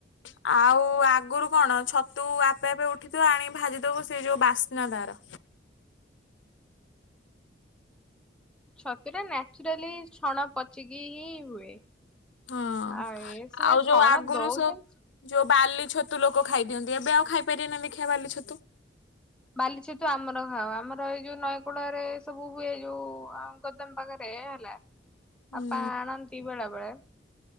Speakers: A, on the left; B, in the centre.
A: <unintelligible> ଆଉ ଆଗରୁ କଣ ଛତୁ ଆପେ ଆପେ ଉଠିଥିବ ଆଣିକି ଭାଜିଦବୁ ସେଇ ଯୋଉ ବାସ୍ନା ତାର
B: ଛତୁ ଟା ନ୍ୟଚୁରାଲି ଛଣ ପଚକି ହିଁ ହୁଏ
A: ହଁ
B: ଆଉ ଏ ସିନା
A: ଆଉ
B: ଛଣ
A: ଯୋଉ ଆଗରୁ
B: ଦଉଛନ୍ତି
A: ସେ ଯୋ ବାଲି ଛତୁ ଲୋକ ଖାଇ ଦିଅନ୍ତି ଏବେ ଆଉ ଖାଇପାରିବେନା ଦେଖିବା ବାଲି ଛତୁ
B: ବାଲି ଛେତୁ ଆମର ଖାଅ ଆମର ଏଇ ଯୋଉ ନଈକୂଳରେ ସବୁ ହୁଏ ଯୋଉ ପାଂ ଗୋଦମ୍ ପାଖରେ ହେଲା
A: ହୁଁ
B: ବାପା ଆଣନ୍ତି ବେଳେ ବେଳେ